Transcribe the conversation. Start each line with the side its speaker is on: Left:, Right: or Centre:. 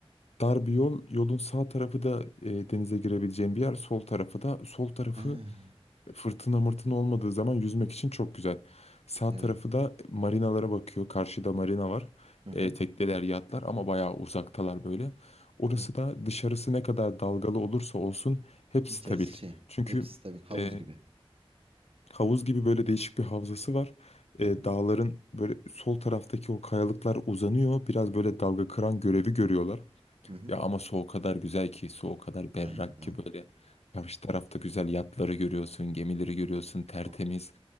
Left: dar bir yol. Yolun sağ tarafı da e, denize girebileceğin bir yer. Sol tarafı da sol tarafı
Right: Ha,
Left: fırtına mırtına olmadığı zaman yüzmek için çok güzel. Sağ
Right: Evet.
Left: tarafı da marinalara bakıyor. Karşıda marina var.
Right: Hı hı.
Left: E, tekneler, yatlar ama bayağı uzaktalar böyle. Orası
Right: Evet.
Left: da dışarısı ne kadar dalgalı olursa olsun hep
Right: İçerisi
Left: stabil.
Right: şey.
Left: Çünkü
Right: Hepsi stabil. Havuz
Left: e,
Right: gibi.
Left: havuz gibi böyle değişik bir havzası var.
Right: Hı
Left: E,
Right: hı.
Left: dağların böyle sol taraftaki o kayalıklar uzanıyor. Biraz böyle dalga kıran görevi görüyorlar.
Right: Hı hı.
Left: Ya ama su o kadar güzel ki, su o kadar
Right: Anladım.
Left: berrak ki böyle karşı tarafta güzel yatları görüyorsun, gemileri görüyorsun, tertemiz.
Right: Oo,